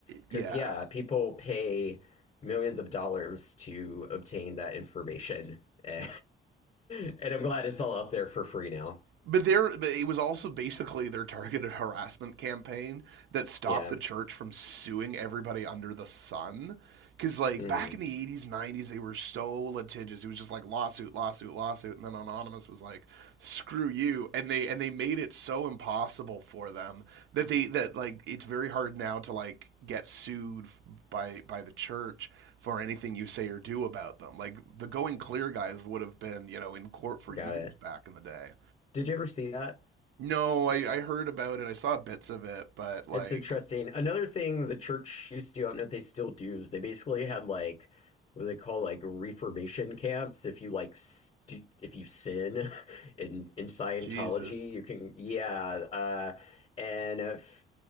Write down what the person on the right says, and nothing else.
Yeah.
But there, it was also basically their targeted <laughs> harassment campaign that stopped
the church from suing everybody under the sun. Because like
back in the '80s, '90s, they were so litigious. It was just like lawsuit, lawsuit, lawsuit, and then Anonymous was like, "Screw you!" And they and they made it so impossible for them that they that like it's very hard now to like get sued by by the church for anything you say or do about them. Like the Going Clear guys would have been, you know, in court for years
back in the day.
No, I, I heard about it. I saw bits of it, but like,
Jesus,